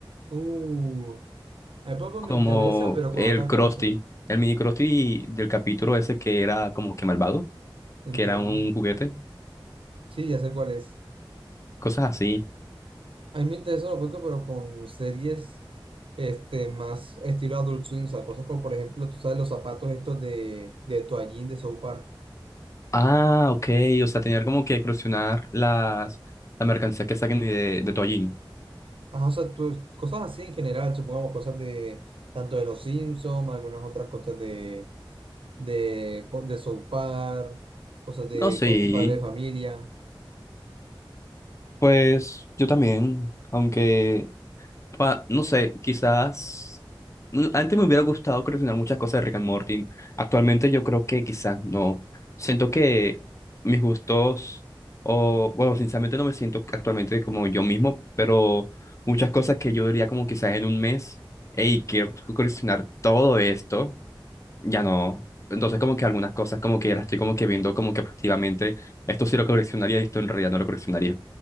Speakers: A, on the right; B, on the left.
A: Uh, a mí, papá
B: como
A: me interesa, pero con
B: el
A: otra
B: Krusty,
A: cosa.
B: el mini Krusty del capítulo ese que era como que malvado,
A: ¿Entienden?
B: que era un juguete,
A: Sí, ya sé cuál es.
B: cosas así.
A: A mí me interesa un poco, pero con series este, más estilo Adult Swim, o sea, cosas como, por ejemplo, tú sabes, los zapatos estos de, de toallín de South Park.
B: Ah, ok, o sea, tener como que crucionar las, la mercancía que saquen de, de Toallín.
A: Ajá, o sea, tú- cosas así en general, supongamos cosas de tanto de los Simpsons, algunas otras cosas de, de, co- de South Park, cosas de
B: No, sí,
A: co- padre de familia.
B: pues yo también, aunque, pa- no sé, quizás, mm, antes me hubiera gustado coleccionar muchas cosas de Rick and Morty, actualmente yo creo que quizás no, siento que mis gustos, o, bueno, sinceramente no me siento actualmente como yo mismo, pero muchas cosas que yo diría como quizás en un mes, hey, quiero coleccionar todo esto ya no. Entonces, como que algunas cosas, como que las estoy como que viendo como que objetivamente, esto sí lo coleccionaría y esto en realidad no lo coleccionaría.